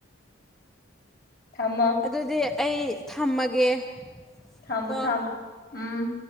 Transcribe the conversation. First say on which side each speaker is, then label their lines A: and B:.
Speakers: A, on the left; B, in the centre.
A: ꯊꯝꯃꯣ
B: ꯑꯗꯨꯗꯤ ꯑꯩ ꯊꯝꯃꯒꯦ
A: ꯊꯝꯃꯣ
B: ꯀꯣ
A: ꯊꯝꯃꯣ ꯎꯝ